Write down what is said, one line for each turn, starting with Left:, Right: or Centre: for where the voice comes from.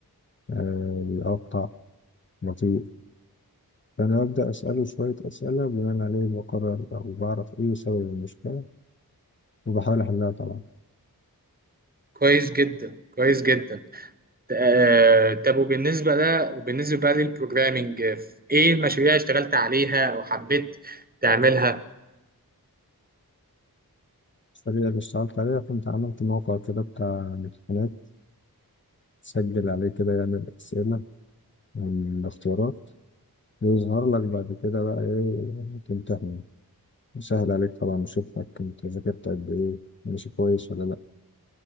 Left: آه، بيقطع بطيء فأنا ببدأ أسأله شوية أسئلة بناء عليه بقرر أو بعرف إيه سبب المشكلة وبحاول أحلها طبعا
Right: كويس جدا كويس جدا آه، طب وبالنسبة لا وبالنسبة بقى للبروجرامينج آه، ايه المشاريع اللي اشتغلت عليها او حبيت تعملها
Left: الطريقة اللي اشتغلت عليها كنت عملت موقع كده بتاع امتحانات تسجل عليه كده يعمل أسئلة عن الاختيارات ويظهر لك بعد كده بقى إيه تمتحن سهل عليك طبعا أشوفك أنت ذاكرت قد إيه ماشي كويس ولا لأ